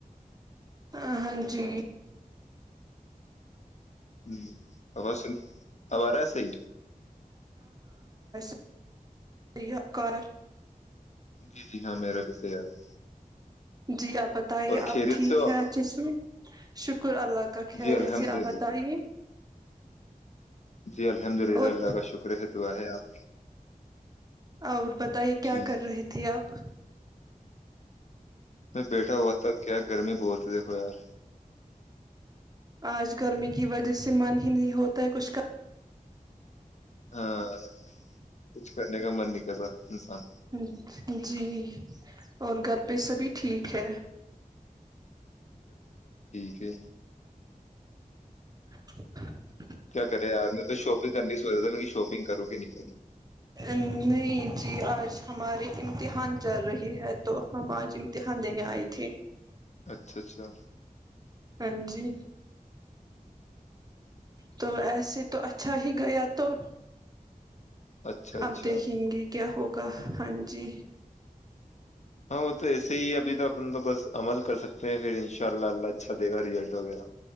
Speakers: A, on the right; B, on the left.
A: ہ ہاں جی
B: ج آو سن آب آ رہا ہے صی
A: شرییا کار
B: جی جی ہاں میرا بھی صحی یار ہے
A: جی آپ بتائیے
B: اور
A: آپ
B: خیریت
A: ٹھیک
B: سے ہو آپ
A: ہیں اچھے سے شکر اللہ کا خیر
B: جی الحمد
A: سے آپ
B: للہ
A: بتائیے
B: جی الحمد للہ
A: اور
B: اللہ کا شکر ہے تو آ ہے آپ
A: اور بتائیے کیا
B: جی
A: کر رہی تھی آپ
B: میں بیٹھا ہوا تھا کیا گرمی بولتے دیکھو یار
A: آج گرمی کی وجہ سے من ہی نہیں ہوتا ہے کچھ کا
B: ہاں کچھ کرنے کا من نہیں کرتا انسان
A: کا جی اور گھر پہ سہبھی ٹھیک ہے
B: اوکے
A: <unintelligible>
B: کیا کرے یار میں تو شاپنگ کرنے سوچ تھا م شاپنگ کروں گی نہیں
A: نہیں جی آج ہمارے امتحان چل رہی ہے تو ہم آج امتحان دینے آئی تھی
B: اچھا اچھا
A: ہاں جی تو ایسے تو اچھا ہی گیا تو
B: اچھا اچھا
A: آپ دیکھیں گی کیا ہوگی ہاں جی
B: ہاں وہ تو ایسے ہی ابھی تو اپ تو بس عمل کر سکتے ہیں پھر ان شاء اللہ اللہ اچھا دے گا رزلٹ وغیرہ